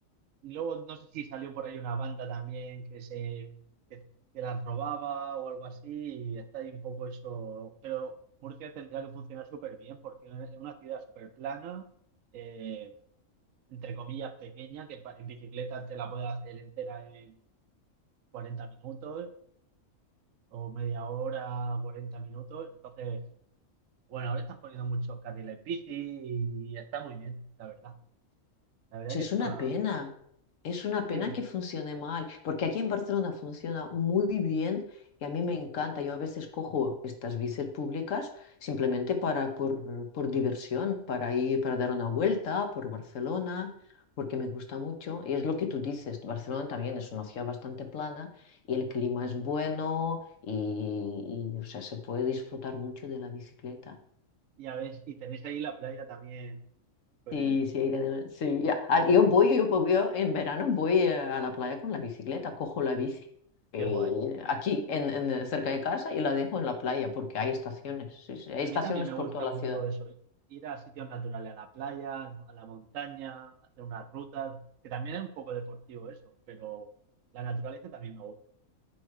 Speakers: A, on the right (about 80°); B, on the left (about 70°).
A: y luego no sé si salió por ahí una banda también que se que, que las robaba o algo así, y está ahí un poco eso. Pero Murcia tendría que funcionar súper bien porque es una ciudad súper plana, eh, entre comillas pequeña, que pa- en bicicleta te la puedes hacer entera en 40 minutos o media hora, 40 minutos. Entonces, bueno, ahora están poniendo muchos carriles bici y está muy bien, la verdad. La verdad
B: Pues
A: que está,
B: es una pena. Es una pena
A: sí.
B: que funcione mal, porque aquí en Barcelona funciona muy bien y a mí me encanta. Yo a veces cojo estas bicis públicas simplemente para, por, por diversión, para ir, para dar una vuelta por Barcelona, porque me gusta mucho. Y es lo que tú dices, Barcelona también es una ciudad bastante plana y el clima es bueno y, y, o sea, se puede disfrutar mucho de la bicicleta.
A: Y a ver, y tenéis ahí la playa también, pues,
B: Sí, sí, ahí tenemos- sí,
A: la-
B: ya. Ah,
A: qué
B: Yo
A: bien,
B: voy, yo, po- yo en verano voy eh, a la playa con la bicicleta, cojo la bici eh,
A: qué guay.
B: aquí, en, en- cerca de casa, y la dejo en la playa, porque hay estaciones, sí, sí, hay
A: A
B: estaciones
A: mí también me
B: por
A: gusta
B: toda la
A: mucho
B: ciudad.
A: eso, i- ir a sitios naturales, a la playa, a la montaña, hacer unas rutas, que también es un poco deportivo eso, pero la naturaleza también me gusta.